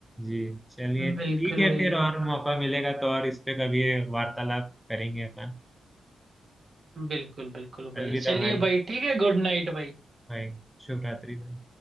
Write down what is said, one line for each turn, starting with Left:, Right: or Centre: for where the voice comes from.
Centre: जी चलिए ठीक
Right: बिल्कुल
Centre: है
Right: भाई
Centre: फिर और मौका मिलेगा तो और इस पे कभी वार्तालाप करेंगे अपन
Right: बिल्कुल बिल्कुल
Centre: अलविदा
Right: भाई चलिए
Centre: भाई
Right: भाई ठीक है गुड नाइट भाई
Centre: भाई शुभ रात्रि भाई